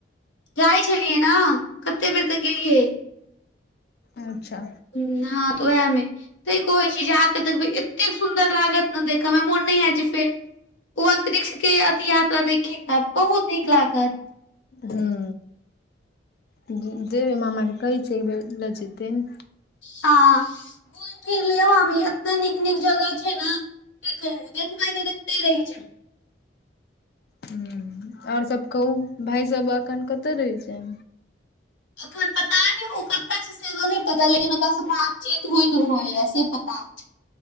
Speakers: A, on the left; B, on the left.
A: जाय छलियै ना कते बेर ते गेलियै।
B: अच्छा।
A: हुं, हां तऽ उहाए मे। ते कहै छी जे आके देखबै एतेक सुन्दर लागत नै देखै मे मोन नै हाएत जे फेर उ अंतरिक्ष के अथी यात्रा देखे के आबी बहुत नीक लागत।
B: हुं जे जेबे मामा के कहै छै एक बेर लऽ जेतैन।
A: हां, घुम-फिर लियो मामी एते नीक-नीक जगह छै नै। की कहु देखबै तऽ देखते रैह जाएब।
B: हुं और सब कहु भाय सब एखन कतऽ रहै छै।
A: अखन पता नै उ क कता छै से हमरा नै पता लेकिन ओकरा से बातचीत होएत रहैया से पता छै